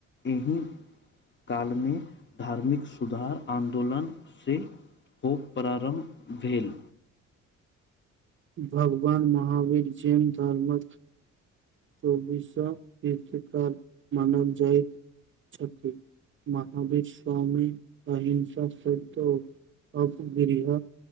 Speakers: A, on the left; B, on the right.
A: एहि कालमे धार्मिक सुधार आंन्दोलन से हो प्रारंभ भेल
B: भगवान महावीर जैन धर्मक चौबिस शीर्षकाल मानव जाय छथि महावीर स्वामी अहिंसा स अपगृहत